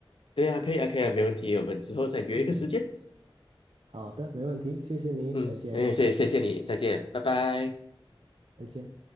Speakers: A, on the left; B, on the right.
A: 对呀，可以啊，可以啊，没问题，我们之后再约一个时间。
B: 嗯，好的，没问题，谢谢你，
A: 嗯，
B: 再见，
A: 哎谢谢谢谢你，再见，拜拜。
B: 再见。